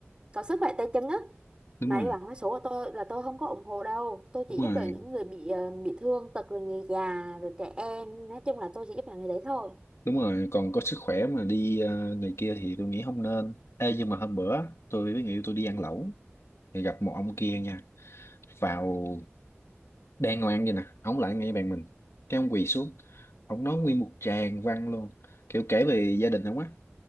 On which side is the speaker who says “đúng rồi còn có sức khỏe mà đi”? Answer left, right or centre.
Left